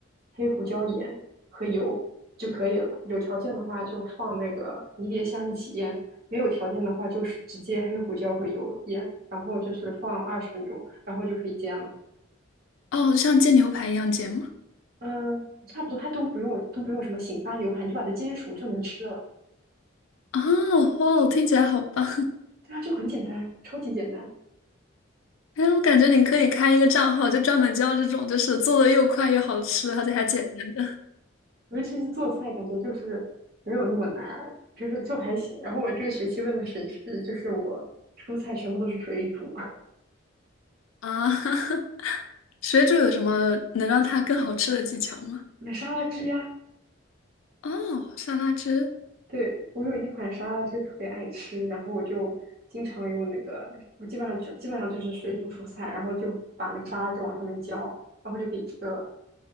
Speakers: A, on the right (about 50°); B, on the left (about 90°).
A: 黑胡椒盐和油就可以了。有条件的话就放那个迷迭香一起腌，没有条件的话就是直接黑胡椒和油腌，然后就是放二十分钟，然后就可以煎了。
B: 哦，像煎牛排一样煎吗？
A: 嗯，差不多，它都不用都不用什么醒发牛排，你就把它煎熟就能吃了。
B: 哦，哦，听起来好棒！
A: 对啊，就很简单，超级简单。
B: 哎，我感觉你可以开一个账号，就专门教这种，就是做的又快又好吃，而且还简单的
A: 尤其是做菜，感觉就是没有那么难，就是就还行。然后我这个学期为了省事，就是我蔬菜全部都是水煮，
B: 啊。<laughs> 水煮有什么能让它更好吃的技巧吗？
A: <laughs> 买沙拉汁呀。
B: 哦，沙拉汁。
A: 对，我有一款沙拉汁特别爱吃，然后我就经常用那个，我基本上就基本上就是水煮蔬菜，然后就把那个沙拉汁往上面浇，然后就可以吃了，